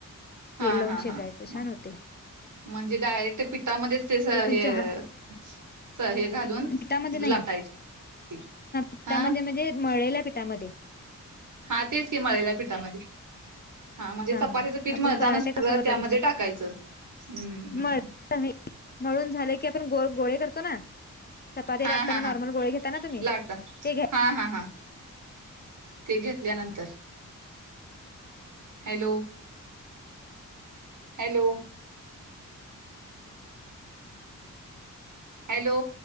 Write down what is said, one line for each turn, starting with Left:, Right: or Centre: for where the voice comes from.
Right: हा
Left: तेल लावून
Right: हा
Left: शेकायचं
Right: हा म
Left: छान होत.
Right: म्हणजे डायरेक्ट पिटामध्येच ते सगळं
Left: पण
Right: हे
Left: चहा
Right: च हे घालून
Left: पिठामध्ये नाही
Right: लाटायचे पीठ,
Left: पिठामध्ये
Right: हा.
Left: म्हणजे मळलेल्या पीठामध्ये,
Right: हा तेच की मळलेल्या पिठामध्ये. हा म्हणजे चपातीचं
Left: हा
Right: पीठ
Left: आपण
Right: मळताना
Left: पराठे
Right: सगळं
Left: कसं करतो
Right: त्यामध्ये टाकायचं. हम् हम्म हम्म
Left: मळ मळून झालं की आपण गो गोळे करतो ना चपाती
Right: हा
Left: लाटताना
Right: हा
Left: नॉर्मल
Right: हा
Left: गोळे घेताना तुम्ही
Right: लाटता
Left: ते घ्या
Right: हा हा हा ते घेतल्यानंतर, हॅलो हॅलो हॅलो